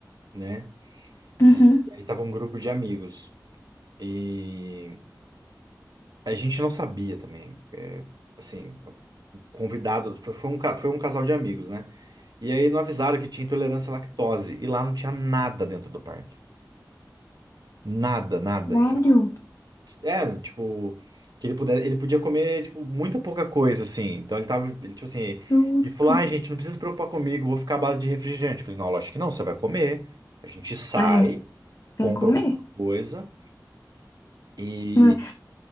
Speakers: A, on the right; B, on the left.
A: né?
B: uhum.
A: E, e aí tava um grupo de amigos. E a gente não sabia também. é, assim, o convidado, foi, foi um, ca- foi um casal de amigos, né? E aí não avisaram que tinha intolerância à lactose. E lá não tinha nada dentro do parque. Nada, nada,
B: Sério?
A: É, tipo, que ele puder, ele podia comer, tipo, muita pouca coisa, assim. Então ele tava, ele, tipo assim,
B: Justo.
A: ele falou, ai, gente, não precisa se preocupar comigo, vou ficar à base de refrigerante. Eu falei, não, lógico que não, você vai comer. A gente sai,
B: É, tem
A: compra
B: que comer,
A: alguma coisa e,
B: não é?